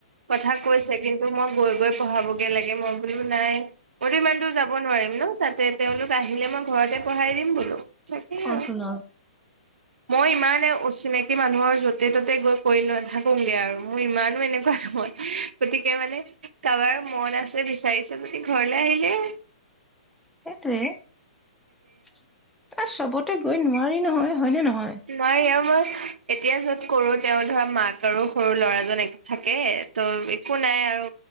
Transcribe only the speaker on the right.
কথা কৈছে কিন্তু মই গৈ গৈ পঢ়াব একেলগে মই বোলো নাই, মইটো ইমান দূৰ যাব নোৱাৰিম ন, তাতে তেওঁলোক আহিলে মই ঘৰতে পঢ়াই দিম বোলোঁ। তাকেই
আৰু
মই ইমানে অচিনাকি মানুহৰ য'তে ত'তে তাতে গৈ পৰি নাথাকোগে আৰু মোৰ ইমানো এনেকুৱা নহয় গতিকে মানে কাৰোবাৰ মন আছে বিচাৰিছে যদি ঘৰলে আহিলেই
নাই আমাৰ এতিয়া য'ত কৰো, তেওঁ ধৰা মাক আৰু সৰু ল'ৰাজন থাকে, ত' একো নাই আৰু